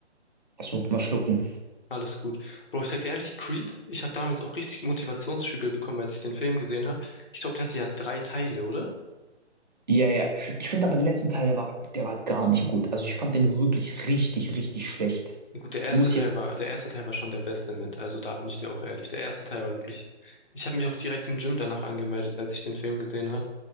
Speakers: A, on the right (about 40°); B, on the left (about 50°).
A: achso, mal schlucken.
B: alles gut. Bro, ich sag dir ehrlich, Creed, ich habe damit auch richtig Motivationsschübe bekommen, als ich den Film gesehen habe. Ich glaube, der hatte ja drei Teile, oder?
A: Ja, ja. Ich finde aber den letzten Teil, der war, der war gar nicht gut. Also ich fand den wirklich richtig, richtig schlecht.
B: Gut, der erste
A: Muss ich
B: Teil
A: jetzt.
B: war, der erste Teil war schon der beste mit. Also da bin ich dir auch ehrlich. Der erste Teil war wirklich. Ich habe mich auch direkt im Gym danach angemeldet, als ich den Film gesehen habe.